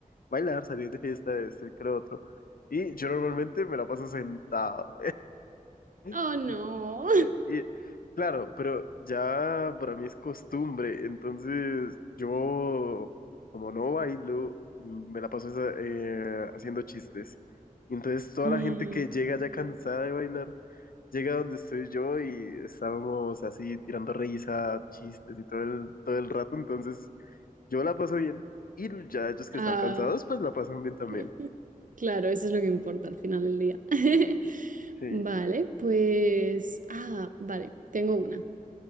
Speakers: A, on the left; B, on the right.
A: bailar, salir de fiesta, este, que lo otro. Y yo normalmente me la paso sentado. <laughs>
B: Oh, no.
A: Eh,
B: <laughs>
A: y- claro, pero ya para mí es costumbre, entonces yo, como no bailo, me la paso esa- eh, haciendo chistes. Y entonces toda
B: Mm,
A: la gente que llega ya cansada de bailar, llega donde estoy yo y estábamos así tirando risa, chistes y todo el, todo el rato, entonces yo la paso bien y ya ellos que
B: ah,
A: están cansados, pues la pasan bien también.
B: <laughs> Claro, eso es lo que importa al final del día. <laughs>
A: Sí.
B: Vale,
A: <laughs>
B: pues... Ah, vale, tengo una.